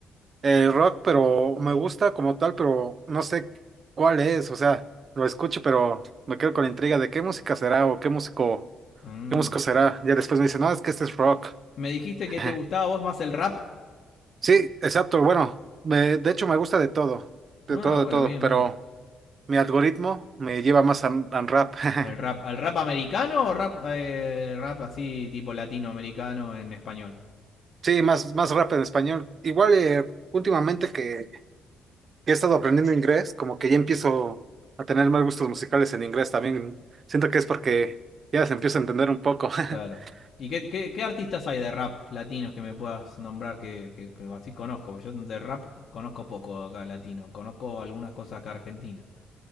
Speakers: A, on the right; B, on the left.
A: Eh, rock, pero me gusta como tal, pero no sé cuál es, o sea, lo escucho, pero me quedo con la intriga de qué música será o qué músico,
B: Mm.
A: qué músico será. Ya después me dicen, no, es que este es rock.
B: Me dijiste
A: <laughs>
B: que te gustaba a vos más el rap
A: Sí, exacto, bueno, me, de hecho me gusta de todo, de
B: Ah,
A: todo,
B: bueno,
A: de todo,
B: bien,
A: pero
B: bien.
A: mi algoritmo me lleva más a, a rap. <laughs>
B: ¿Al rap, al rap americano o rap, eh, rap así tipo latinoamericano en español?
A: Sí, más, más rap en español. Igual eh, últimamente que he estado aprendiendo inglés, como que ya empiezo a tener más gustos musicales en inglés también. Siento que es porque ya se empieza a entender un poco.
B: Claro.
A: <laughs>
B: ¿Y qué, qué, qué artistas hay de rap latinos que me puedas nombrar que, que- que así conozco? Porque yo de rap conozco poco acá latino. Conozco algunas cosas acá argentinas.